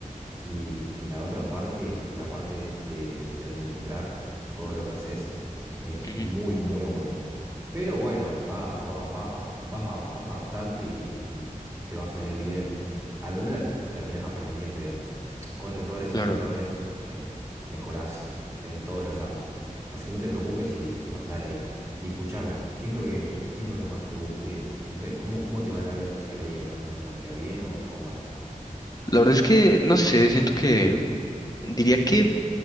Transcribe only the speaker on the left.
Ujú.
Claro.
La verdad es que, no sé, siento que diría que